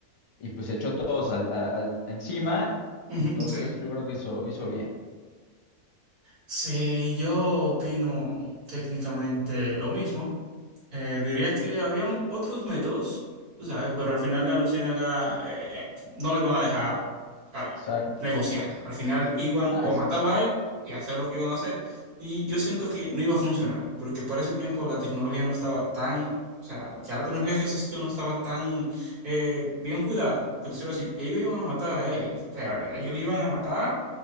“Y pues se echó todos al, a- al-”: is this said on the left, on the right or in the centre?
Left